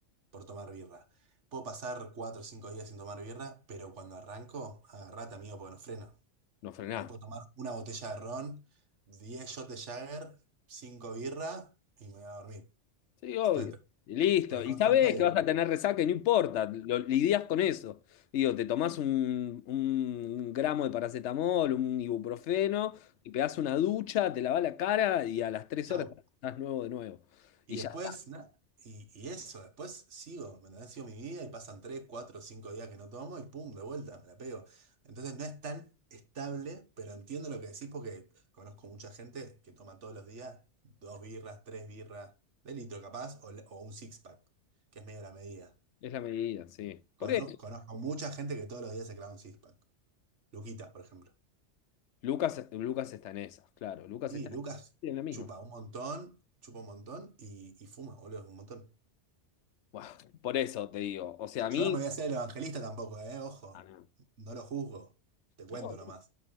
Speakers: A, on the right (about 75°); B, on the left (about 75°).
A: por tomar birra. Puedo pasar 4 o 5 días sin tomar birra, pero cuando arranco, agarrate, amigo, porque no freno.
B: no frenamos.
A: Me puedo tomar una botella de ron, 10 shots de Jagger, 5 birra y me voy a dormir.
B: Sí, obvio.
A: <laughs>
B: Y listo.
A: Recontra
B: Y sabés
A: pedo.
B: que vas a tener resaca y no importa, lo, lidias con eso. Digo, te tomás un, un gramo de paracetamol, un ibuprofeno, y pegás una ducha, te lavas la cara y a las tres
A: Chau.
B: horas estás nuevo de nuevo.
A: Y
B: Y
A: después,
B: ya está.
A: nada. Y, y eso, después sigo, ¿me entendés? Sigo mi vida y pasan 3 4 5 días que no tomo y pum, de vuelta, me la pego. Entonces no es tan estable, pero entiendo lo que decís porque conozco mucha gente que toma todos los días dos birras, tres birras, de litro capaz, o, le- o un six pack, que es medio la medida.
B: Es la medida, sí.
A: Cono-
B: Por eso,
A: conozco mucha gente que todos los días se clava un six pack. Luquitas, por ejemplo.
B: Lucas, Lucas está en esa claro. Lucas
A: Y
B: está en
A: Lucas
B: esa, sí, en la misma.
A: chupa un montón, chupa un montón y, y fuma, boludo, un montón.
B: Buah, por eso te digo, o sea, a mí...
A: Yo no me voy a hacer el evangelista tampoco, ¿eh? Ojo,
B: Ah, no.
A: no lo juzgo, te cuento
B: No,
A: nomás.
B: no.